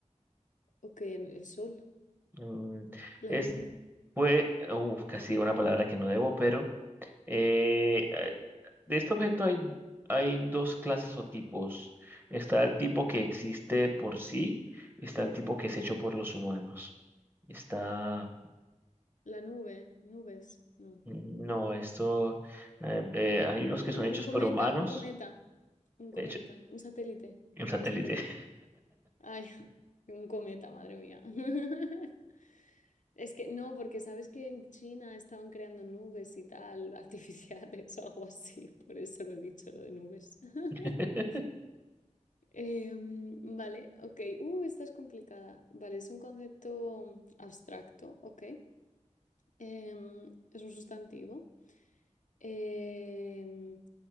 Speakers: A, on the left; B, on the right.
A: Ok, en el sol,
B: Mm,
A: la
B: es,
A: luna,
B: fue, uf, casi digo una palabra que no debo, pero eh, eh, de este objeto hay, hay dos clases o tipos. Está el tipo que existe por sí y está el tipo que es hecho por los humanos. Está,
A: la nube, nubes, no.
B: mm, no, esto, eh, eh,
A: Mm,
B: hay unos
A: Un
B: que son hechos
A: un cometa,
B: por humanos,
A: un cometa, un
B: hecho,
A: cometa, un satélite,
B: un satélite.
A: un satélite. Ay, <laughs> un cometa, madre mía. <laughs> Es que no, porque sabes que en China estaban creando nubes y tal, <laughs> artificiales o algo así, por eso lo he dicho, lo de nubes. <laughs>
B: <laughs>
A: Em, vale, ok. Uh, esta es complicada. Vale, es un concepto abstracto, ok. Em, es un sustantivo. Em,